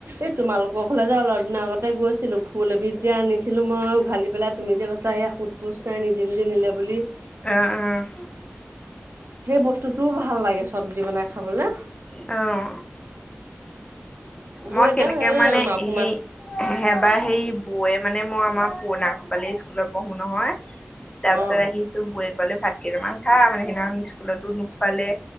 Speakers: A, on the right; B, on the left.
A: এই তোমালোকৰ ঘৰলে যে অলপ দিনৰ আগতে গৈ ছিলো, ফুল এবিধ যে আনিছিলোঁ মই উঘালি পেলাই তুমি যে কৈছিলা সেইয়া সোধ পোছ নাই নিজে নিজে নিলে বুলি।
B: আহ' আহ'।
A: সেই বস্তুটোও ভাল লাগে চব্জি বনাই খাবলৈ।
B: অঁ।
A: মোৰ
B: মই
A: এতিয়া
B: কেনেকে
A: সেই
B: মানে
A: মাগুমা
B: সেই এবাৰ সেই বৌয়ে মানে মই আমাৰ পুৰণা কোপালে স্কুলত পঢ়ো নহয়। তাৰপিছত
A: অ'
B: আহিছো বৈয়ে ক'লে ভাত কেইটামান খা মানে সেইদিনাখন স্কুলতো নোখোৱালে।